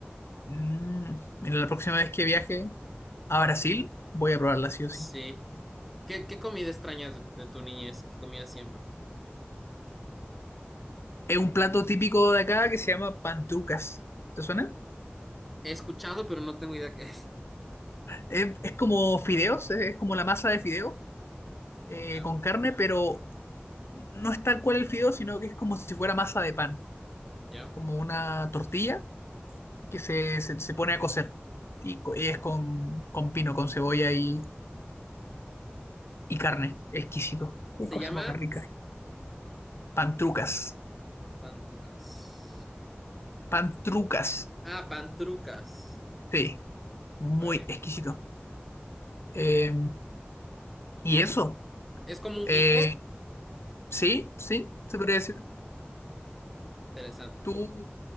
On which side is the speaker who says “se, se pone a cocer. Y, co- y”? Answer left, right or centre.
Left